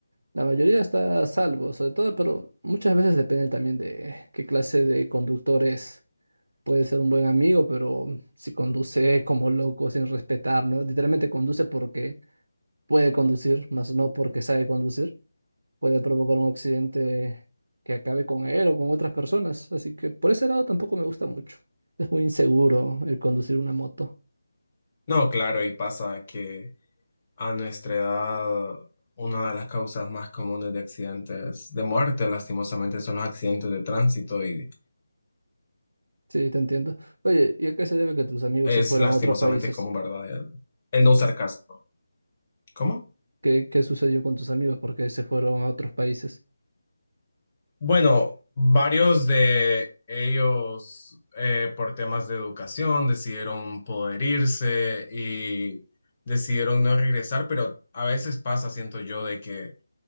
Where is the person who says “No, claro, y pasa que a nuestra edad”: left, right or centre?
Left